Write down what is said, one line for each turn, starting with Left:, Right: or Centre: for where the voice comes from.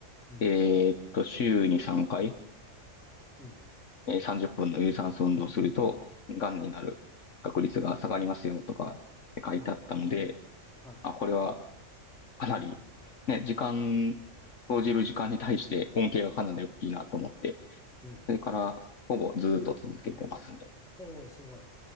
Centre: うん、
Left: えーっと、週に3回、
Centre: うん、
Left: えー30分の有酸素運動をすると、癌になる確率が下がりますよとかって書いてあったので、
Centre: うん、は
Left: あ、これはかなり、ね、時間、投じる時間に対して恩恵がかなり大きいなと思って、
Centre: い、うん。
Left: それからほぼずっと続けてますね。
Centre: おー、すごい。